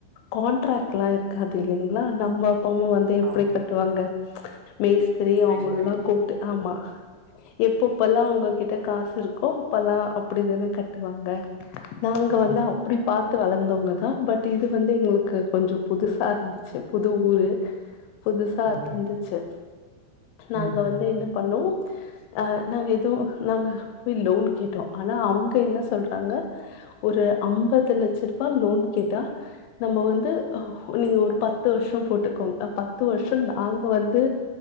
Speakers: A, on the left; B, on the right.
A: கான்ட்ராக்ட்லா இருக்காது இல்லைங்களா நம்ப அப்பமு வந்து எப்படி
B: ஆமா.
A: கட்டுவாங்க மேஸ்திரி அவுங்க
B: மேஸ்திரி.
A: லா கூப்ட்டு ஆமா எப்பப்பல்லா அவுங்ககிட்ட காசு இருக்கு கோப்பல்லா அப்டிதான கத்துவாங்க நாங்க
B: ஆ.
A: வந்து அப்டி பத் வளந்தோங்கதா பட் இது வந்து எங்களுக்கு கொஞ்சோ புதுசா இருந்துச்சு புது ஊரு புதுசா
B: ஓகே.
A: இருந்துச்சு நாங்க
B: ம்,
A: வந்து
B: ம்.
A: என்ன பண்ணோ அஹ் நாங்க எது நாங்க போய் லோன் கேட்டோ ஆனா அவங்க என்ன சொல்றாங்க ஒரு ஐம்பது லட்ச லோன் கேட்டா நம்ம வந்து நீங்க ஒரு பத்து வருஷா போட்டுக்கோங்க பத்து வருஷா நாங்க வந்து